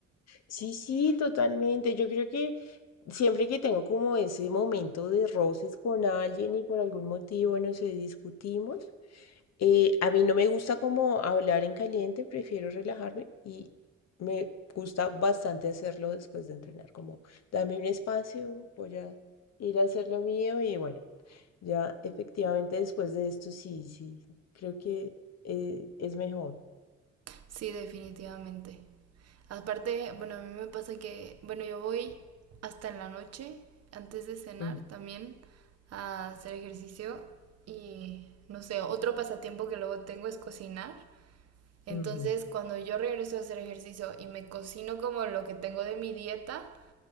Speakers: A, on the left (about 60°); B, on the right (about 55°).
A: Sí, sí, totalmente. Yo creo que siempre que tengo como ese momento de roces con alguien y por algún motivo, no sé, discutimos, Eh, a mí no me gusta como hablar en caliente, prefiero relajarme y me gusta bastante hacerlo después de entrenar, como dame un espacio, voy a ir a hacer lo mío y bueno, ya efectivamente después de esto sí, sí, creo que eh, es mejor.
B: Sí, definitivamente. Aparte, bueno, a mí me pasa que, bueno, yo voy hasta en la noche, antes de cenar
A: Ujú,
B: también, a hacer ejercicio y, no sé, otro pasatiempo que luego tengo es cocinar. Entonces,
A: ujú.
B: cuando yo regreso a hacer ejercicio y me cocino como lo que tengo de mi dieta,